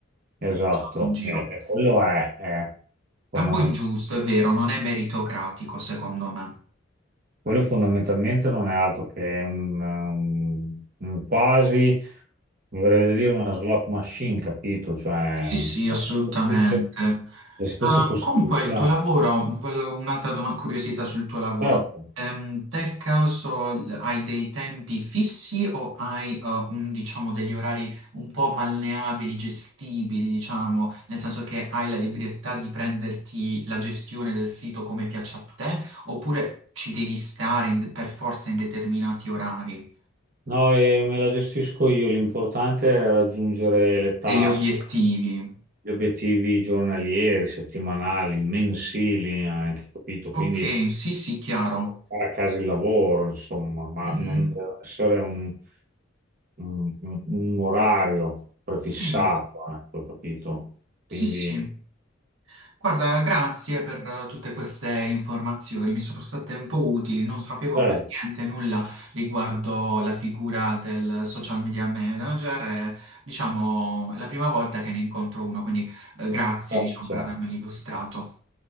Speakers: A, on the right (about 45°); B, on the right (about 80°).
A: Esatto,
B: diciamo, in giro.
A: e, e quello è, è fondamen-
B: È un po' ingiusto, è vero, non è meritocratico secondo me.
A: quello fondamentalmente non è altro che un, um, un quasi, mi verrebbe da dire, una slot machine, capito? Cioè,
B: Sì, sì, assolutamente.
A: le stesse, le stesse
B: Eh,
A: possibilità.
B: comunque, il tuo lavoro, volevo un'altra domanda, curiosità sul tuo lavoro.
A: Certo.
B: Ehm, per caso l- hai dei tempi fissi o hai eh, un, diciamo, degli orari un po' malleabili, gestibili, diciamo, nel senso che hai la libertà di prenderti la gestione del sito come piace a te, oppure ci devi stare in- per forza in determinati orari,
A: No, e me la gestisco io, l'importante è raggiungere le task,
B: degli obiettivi?
A: gli obiettivi giornalieri, settimanali, mensili anche, capito?
B: Ok,
A: Quindi
B: sì, sì, chiaro.
A: portare a casa il lavoro, insomma, ma
B: Mhm,
A: non deve essere un un, un- un orario prefissato,
B: Sì.
A: ecco, capito?
B: Sì,
A: Quindi,
B: sì. sì. Guarda, grazie per eh, tutte queste informazioni, mi sono state un po' utili, non sapevo
A: certo,
B: per niente nulla riguardo la figura del social media manager, e, diciamo, è la prima volta che ne incontro uno, quindi eh, grazie,
A: certo,
B: diciamo,
A: certo.
B: per avermelo illustrato.